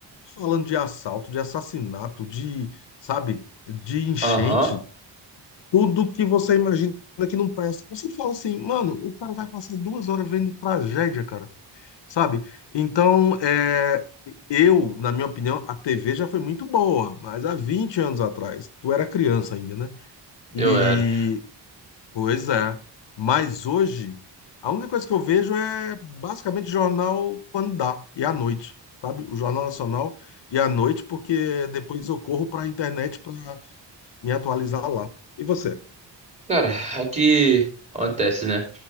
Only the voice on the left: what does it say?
falando de assalto, de assassinato, de, sabe, de enchente,
tudo que você imagina que não presta. Aí Você fala assim, mano, o cara vai passar duas horas vendo tragédia, cara, sabe? Então, é, eu, na minha opinião, a TV já foi muito boa, mas há 20 anos atrás, tu era criança ainda, né? E,
pois é, mas hoje, a única coisa que eu vejo é basicamente jornal quando dá, e à noite, sabe? O Jornal Nacional e à noite, porque depois eu corro para a internet para me atualizar lá. E você?